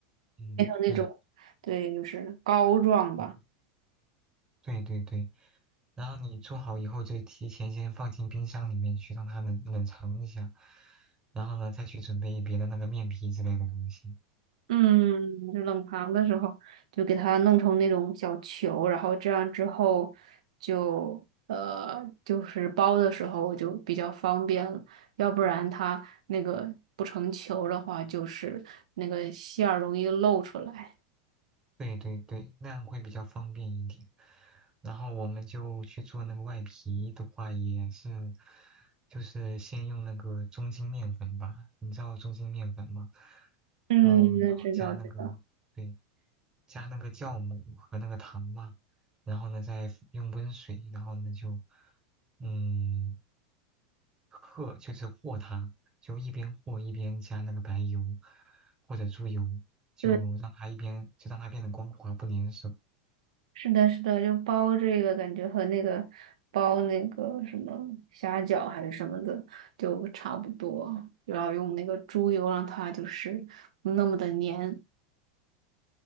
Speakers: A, on the right (about 20°); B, on the right (about 80°).
A: 嗯，
B: 那种。
A: 对。
B: 对，就是膏状吧。
A: 嗯对对对，然后你做好以后就提前先放进冰箱里面去，让它冷冷藏一下，然后呢再去准备别的那个面皮之类的东西。
B: 嗯，就冷藏的时候就给它弄成那种小球，然后这样之后就呃就是包的时候就比较方便了，要不然它那个不成球的话，就是那个馅儿容易漏出来。
A: 对对对，那样会比较方便一点。然后我们就去做那个外皮的话，也是就是先用那个中筋面粉吧，你知道中筋面粉吗？
B: 嗯，
A: 嗯，
B: 那知道知道。
A: 然后加那个对，加那个酵母和那个糖嘛，然后呢再用温水，然后呢就嗯和就是和它，就一边和一边加那个白油或者猪油，就让它一边就让它变得光滑不粘手。
B: 对。是的，是的，就包这个感觉和那个包那个什么虾饺还是什么的就差不多，就要用那个猪油让它就是不那么的粘。